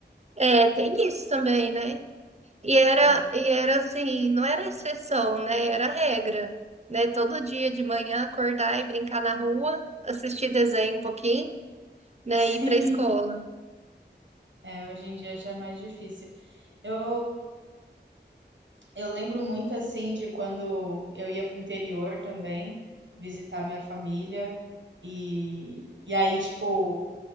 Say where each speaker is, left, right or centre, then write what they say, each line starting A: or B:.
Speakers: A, on the right (about 35°); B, on the right (about 90°).
A: É, tem isso também, né? E era,
B: É,
A: e era assim, não era exceção, né? Era regra, né? Todo dia de manhã acordar e brincar na rua, assistir desenho um pouquinho, né?
B: sim.
A: E ir pra escola.
B: É, hoje em dia já é mais difícil. Eu Eu lembro muito assim de quando eu ia para o interior também, visitar minha família, e, e aí, tipo,